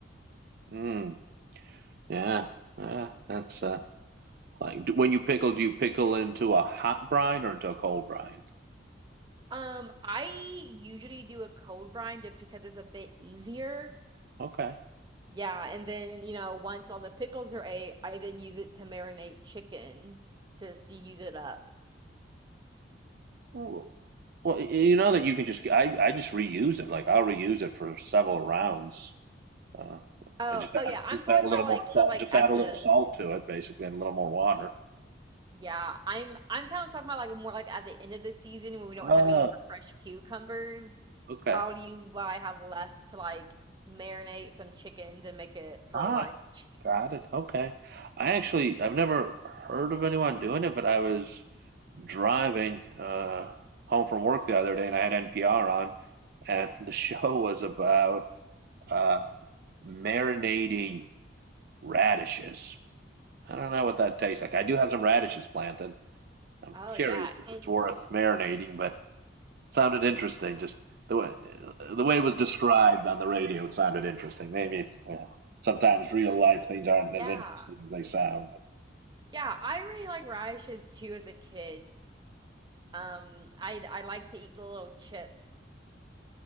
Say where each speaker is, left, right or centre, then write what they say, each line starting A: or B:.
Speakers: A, on the right; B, on the right.
A: Mm, yeah, yeah. That's uh, like when you pickle, do you pickle into a hot brine or into a cold brine?
B: Um, I usually do a cold brine just because it's a bit easier.
A: Okay.
B: Yeah, and then, you know, once all the pickles are ate, I then use it to marinate chicken to s- use it up.
A: Well, you know that you can just I I just reuse it. Like I'll reuse it for several rounds Uh,
B: Oh,
A: I just add,
B: oh yeah, I'm
A: just
B: talking
A: add a
B: about
A: little more
B: like
A: salt,
B: kind of like
A: just
B: at
A: add a
B: the
A: little salt to it, basically, and a little more water.
B: yeah, I'm I'm kind of talking about like more like at the end of the season when we don't
A: Oh,
B: have any more fresh cucumbers.
A: okay.
B: I'll use what I have left to like marinate some chickens and make it for
A: Ah,
B: lunch.
A: got it. Okay. I actually, I've never heard of anyone doing it, but I was driving uh, home from work the other day, and I had NPR on, and <laughs> the show was about uh, marinating radishes. I don't know what that tastes like. I do have some radishes planted. I'm
B: Oh,
A: curious
B: yeah,
A: if
B: and
A: it's worth marinating, but sounded interesting. Just the way the way it was described on the radio, it sounded interesting. Maybe it's yeah. sometimes real life things aren't
B: yeah.
A: as interesting as they sound. But
B: Yeah, I really like radishes too as a kid. Um, I I like to eat the little chips.